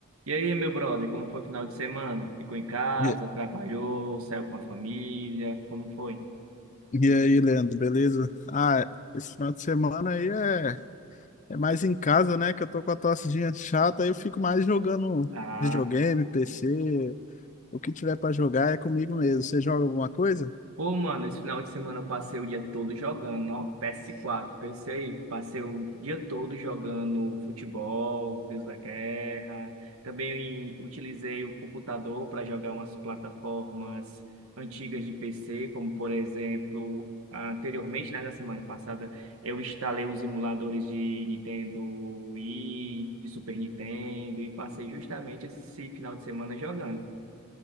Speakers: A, on the right (about 70°); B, on the left (about 35°).
A: E aí, meu brother, como foi o final de semana? Ficou em casa,
B: E,
A: trabalhou, saiu com a família? Como foi?
B: e aí, Leandro, beleza? Ah, esse final de semana aí é, é mais em casa, né? Que eu tô com a tossezinha chata, aí eu fico mais jogando
A: Ah,
B: videogame, PC, o que tiver pra jogar é comigo mesmo. Você joga alguma coisa?
A: Pô, mano, esse final de semana eu passei o dia todo jogando, ó, PS4, pensei, aí, passei o dia todo jogando futebol, Deus da Guerra, também utilizei o computador para jogar umas plataformas antigas de PC, como por exemplo, anteriormente, né, na semana passada, eu instalei uns emuladores de Nintendo Wii, de Super Nintendo, e passei justamente esse final de semana jogando.